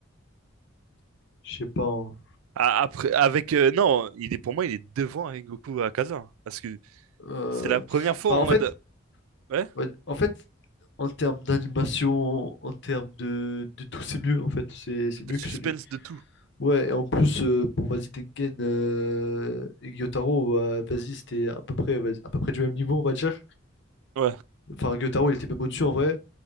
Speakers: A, on the left; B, on the right.
A: Je sais pas. hein.
B: A- Après, avec euh, non, il est pour moi, il est devant Rengoku à Kazan parce que
A: Euh,
B: c'est la première fois
A: Bah,
B: en
A: en
B: mode
A: fait,
B: ouais,
A: ouais, en fait, en termes d'animation, en termes de, de tout, c'est mieux, en fait, c'est c'est
B: de
A: mieux
B: suspense
A: que celui.
B: de tout.
A: Ouais, et en plus, euh, bon, vas-y, Tengen euh, et Gyotaro, bah, vas-y, c'était à peu près, vas-y, à peu près du même niveau, on va dire.
B: Ouais,
A: Enfin, Gyotaro, il était même au-dessus, en vrai.